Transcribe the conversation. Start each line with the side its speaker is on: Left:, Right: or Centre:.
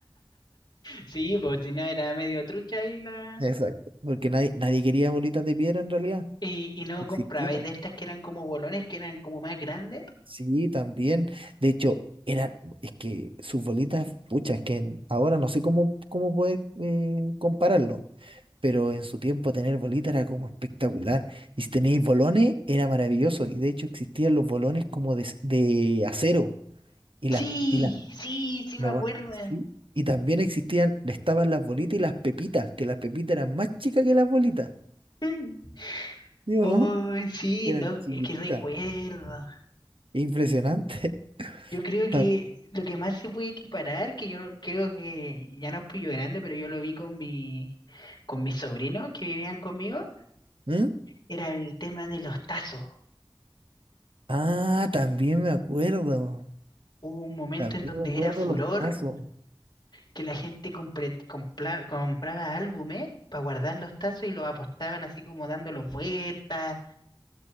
Left: Sí, pues si no era medio trucha y la.
Right: <laughs> Exacto. Porque nadie, nadie quería bolitas de piedra en realidad.
Left: Y, y no
Right: No Existían.
Left: compraba. Y de estas que eran como bolones, que eran como más grandes.
Right: Sí, también. De hecho, eran, es que sus bolitas, pucha, es que en- ahora no sé cómo, cómo poder eh, compararlo. Pero en su tiempo tener bolitas era como espectacular. Y si tenéis bolones, era maravilloso. Y de hecho existían los bolones como de, de acero. Y las,
Left: Sí,
Right: y las
Left: sí, sí
Right: Lo
Left: me acuerdo.
Right: bu- sí. Y también existían, estaban las bolitas y las pepitas, que las pepitas eran más chicas que las bolitas.
Left: <laughs>
Right: ¿Sí o
Left: Mm. Oh,
Right: no?
Left: sí,
Right: Eran
Left: no,
Right: chiquititas.
Left: es que recuerdo.
Right: Impresionante.
Left: Yo creo que
Right: <laughs> Ta-
Left: lo que más se puede equiparar, que yo no- creo que ya no es pillo grande, pero yo lo vi con mi, con mis sobrinos que vivían conmigo,
Right: ¿Mm?
Left: era el tema de los tazos.
Right: Ah, también me acuerdo.
Left: Hubo un momento
Right: También
Left: en donde
Right: me acuerdo
Left: era furor
Right: los tazos.
Left: que la gente compre- compla- compraba álbumes para guardar los tazos y los apostaban así como dándolos vueltas.